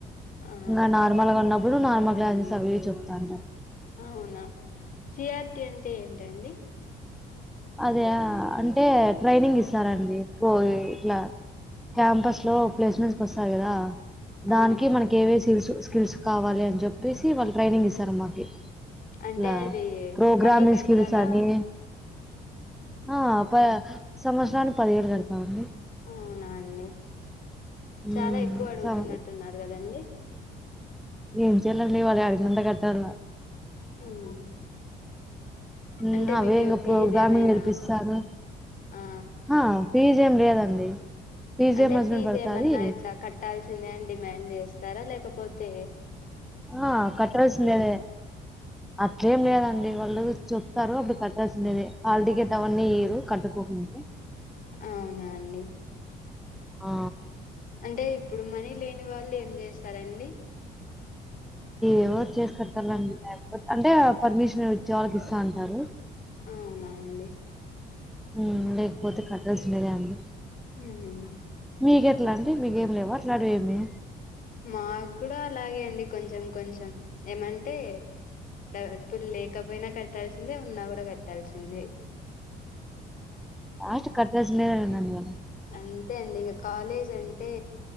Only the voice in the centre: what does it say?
ఇంగ నార్మల్గా ఉన్న ఎప్పుడు నార్మల్ క్లాసెస్ అవే చెప్తుంటారు
అదా అంటే ట్రైనింగ్ ఇస్తారండి పో ఇట్లా క్యాంపస్ లో ప్లేస్మెంట్స్ వస్తాయి గదా దానికి
మనకి ఏవేవి స్కిల్స్ వచ్చు స్కిల్స్ కావాలి అని చెప్పేసి వాళ్ళు ట్రైనింగ్ ఇస్తారు మాకి
అట్లా
ప్రోగ్రామింగ్
స్కిల్స్ అని ఆ ప సంవత్సరానికి పదివేలు కడతామండి
ఉమ్
సం
ఏం చేయ్యాలండి వాళ్ళు ఆడిగినంత కట్టాల
ఉమ్
అవే
ఇంగ
ప్రోగ్రామింగ్
నేర్పిస్తారు
ఆ ఫీజ్ ఏం లేదండి ఫీజ్
ఏం హస్బెండ్
పడతాది
ఆ కట్టాల్సింలేదే అట్లేం లేదండి వాళ్ళు చెప్తారు అప్పుడు కట్టాల్సిండేదే హల్టికెట్ అవన్నీ ఏయరు కట్టుకో పిజే
ఆ
ఏవోటి చేసీ కట్టాలండి లేకపో అంటే పర్మిషన్ ఇచ్చే వాళ్ళకి ఇస్తా ఉంటారు
ఉం లేకపోతే కట్టల్సిందే గా అండి
మీకెట్లా అండి మీకేం లేవ అట్లాటి ఏమి
ఉమ్ స్ట్ కట్టల్సిందే <unintelligible>